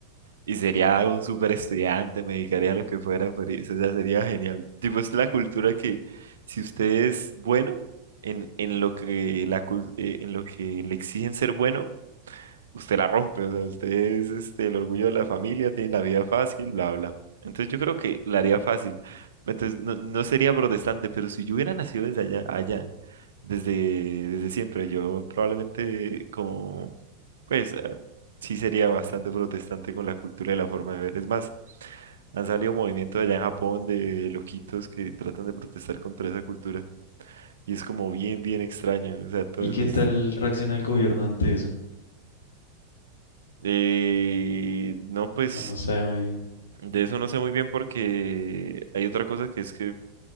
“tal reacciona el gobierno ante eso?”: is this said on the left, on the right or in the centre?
Left